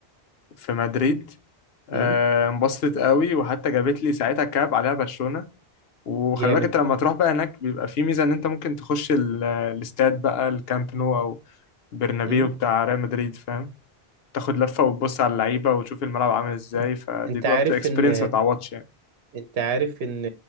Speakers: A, on the left; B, on the right.
A: في مدريد آه،
B: مم.
A: انبسطت قوي وحتى جابت لي ساعتها كاب عليها برشلونة وخلي
B: جامد
A: بالك انت لما تروح بقى هناك بيبقى في ميزة ان انت ممكن تخش ال- الاستاد بقى الكامب نو او برنابيو
B: مم.
A: بتاع ريال مدريد فاهم تاخد لفة وتبص على اللعيبة وتشوف الملعب عامل ازاي
B: انت
A: فدي
B: أنت
A: برضه
B: عارف
A: اكسبيرينس
B: ان
A: ما تعوضش يعني
B: انت عارف ان